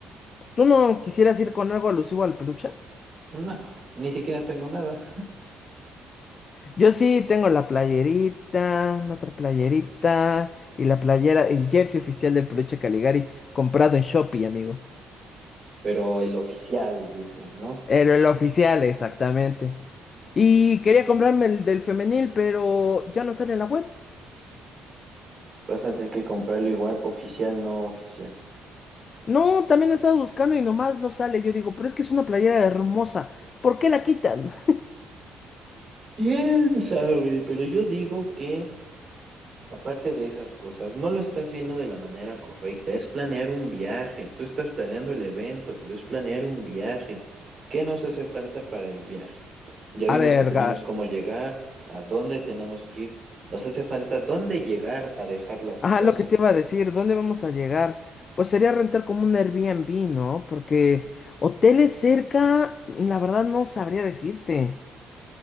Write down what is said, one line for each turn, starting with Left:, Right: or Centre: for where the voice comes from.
Left: ¿Tú no quisieras ir con algo alusivo al peluche?
Right: No, ni siquiera tengo nada.
Left: Yo sí tengo la playerita, la otra playerita y la playera, el jersey oficial del peluche Caligari comprado en Shopee, amigo.
Right: Pero el oficial, dicen, ¿no?
Left: El, el oficial, exactamente. Y quería comprarme el del femenil, pero ya no sale en la web.
Right: Vas a tener que comprarlo igual, oficial, no oficial.
Left: No, también he estado buscando y nomás no sale. Yo digo, pero es que es una playera hermosa. ¿Por qué la quitan? <laughs>
Right: ¿Quién sabe? Pero yo digo que Aparte de esas cosas, no lo estás viendo de la manera correcta. Es planear un viaje. Tú estás planeando el evento, pero es planear un viaje. ¿Qué nos hace falta para el viaje? Ya vimos
Left: A ver,
Right: que tenemos
Left: ga-
Right: cómo llegar, a dónde tenemos que ir. Nos hace falta dónde llegar a dejar las
Left: ajá,
Right: cosas.
Left: lo que te iba a decir, ¿dónde vamos a llegar? Pues sería rentar como un Airbnb, ¿no? Porque hoteles cerca, la verdad no sabría decirte.